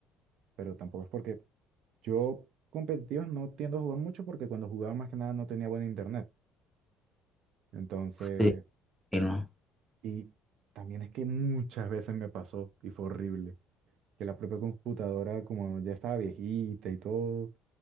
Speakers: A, on the right (about 60°); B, in the centre.
A: pero tampoco es porque yo competitivos no tiendo a jugar mucho porque cuando jugaba más que nada no tenía buen internet. Entonces,
B: sí, y no.
A: y también es que muchas veces me pasó y fue horrible, que la propia computadora como ya estaba viejita y todo,